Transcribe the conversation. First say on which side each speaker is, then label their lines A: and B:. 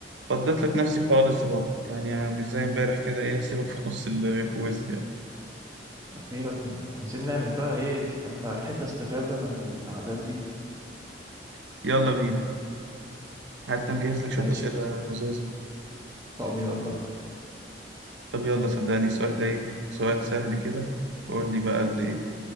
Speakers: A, on the right (about 85°); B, on the right (about 20°).
A: فضيت لك نفسي خالص اهو يعني مش زي امبارح كده ايه هسيبك في نص الكويز يعني
B: أخيرا عايزين نعمل بقى إيه أنا بحب أستفاد أنا من العادات دي
A: <laughs> يلا بينا حتى مجهز لك شوية
B: ماشي
A: أسئلة لذيذة اهو
B: طب يلا أبدأ
A: طب يلا صدقني السؤال ده ايه سؤال سهل كده قول لي بقى اللي ايه